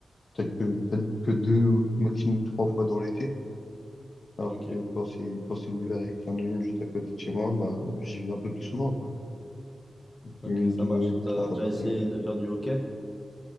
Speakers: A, on the left (about 45°); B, on the left (about 15°).
A: peut-être que, peut-être que deux ou maximum trois fois dans l'été. Alors
B: Ok,
A: que quand c'est, quand c'est ouvert et qu'il y en a une juste à côté de chez moi, bah, j'y vais un peu plus souvent, quoi.
B: ok,
A: Une,
B: ça
A: deux,
B: marche. T'as
A: trois fois
B: déjà
A: par
B: essayé
A: semaine.
B: de faire du hockey?